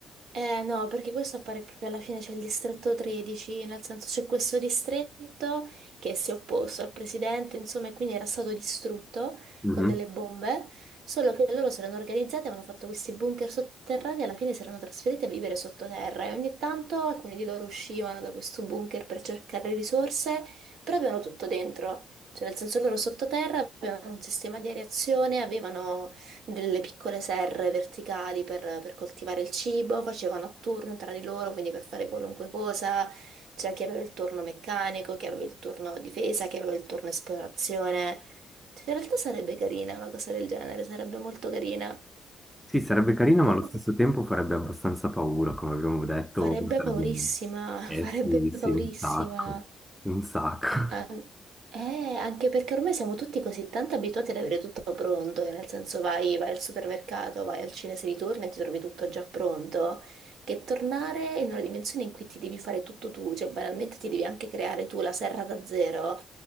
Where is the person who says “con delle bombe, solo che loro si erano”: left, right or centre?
Right